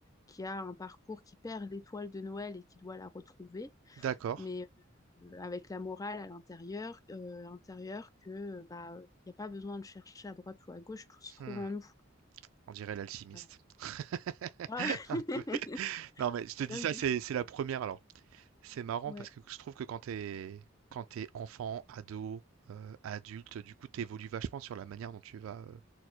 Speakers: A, on the left; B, on the right.
A: qui a un parcours qui perd l'étoile de Noël et qui doit la retrouver,
B: D'accord.
A: mais euh, avec la morale à l'intérieur, euh, intérieur que bah, il n'y a pas besoin de chercher à droite ou à gauche, tout se trouve
B: Hmm,
A: en nous.
B: On dirait l'alchimiste.
A: Voilà.
B: <laughs>
A: <laughs> Ah, <laughs>
B: Un peu. Non, mais je te dis
A: J'aime
B: ça,
A: bien.
B: c'est c'est la première. Alors, C'est marrant
A: Ouais.
B: parce que je trouve que quand t'es quand t'es enfant, ado, euh, adulte, du coup, t'évolues vachement sur la manière dont tu vas euh,